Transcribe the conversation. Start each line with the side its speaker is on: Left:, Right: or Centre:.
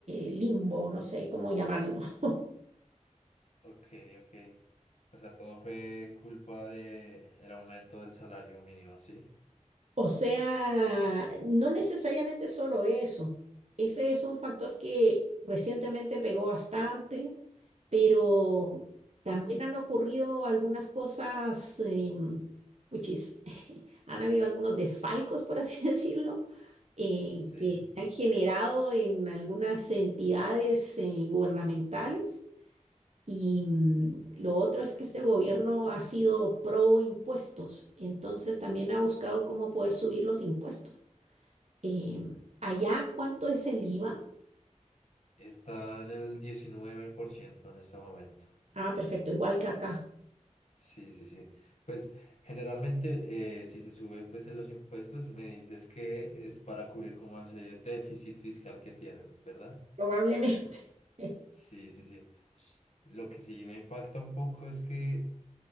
Right: limbo, no sé cómo llamarlo. <laughs>
Left: ok, ok. O sea, todo fue culpa de el aumento del salario mínimo, ¿sí?
Right: O sea, no necesariamente solo eso. Ese es un factor que recientemente pegó bastante, pero también han ocurrido algunas cosas, em, puchis, <laughs> han habido algunos desfalcos, por así <laughs> decirlo, eh,
Left: Sí.
Right: que se han generado en algunas entidades, eh, gubernamentales y mm, lo otro es que este gobierno ha sido pro impuestos, entonces también ha buscado cómo poder subir los impuestos. Em, allá, ¿cuánto es el IVA?
Left: Está en el 19% en este momento.
Right: Ah, perfecto, igual que acá,
Left: Sí, sí, sí. Pues generalmente eh, si se sube pues en los impuestos me dices que es para cubrir como ese déficit fiscal que tienen, ¿verdad?
Right: probablemente. <laughs>
Left: Sí, sí, sí. Lo que sí me impacta un poco es que